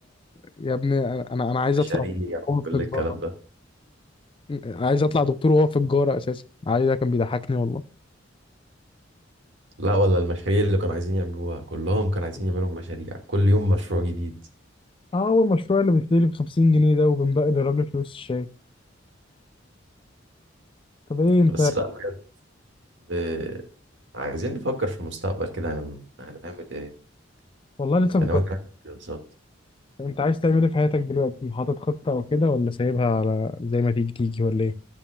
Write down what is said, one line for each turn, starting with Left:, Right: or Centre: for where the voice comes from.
Left: يا ابني انا انا عايز
Right: مشاريع
Left: اطلع هو في
Right: كل
Left: التجارة
Right: الكلام ده
Left: عايز اطلع دكتور وهو في التجارة اساسا عايز ده كان بيضحكني والله
Right: لا ولا المشاريع اللي كانوا عايزين يعملوها كلهم كانوا عايزين يعملوا مشاريع كل يوم مشروع جديد
Left: اه هو المشروع اللي بيشتري ب 50 جنيه ده وبنبقى للراجل فلوس الشاي طب ايه انت
Right: بس لا بجد اه، عايزين نفكر في المستقبل كده هن- هنعمل ايه
Left: والله لسه
Right: انت
Left: كنت
Right: ناوي تعمل ايه بالظبط
Left: انت عايز تعمل ايه في حياتك دلوقتي حاطط خطة او كده ولا سايبها على زي ما تيجي تيجي ولا ايه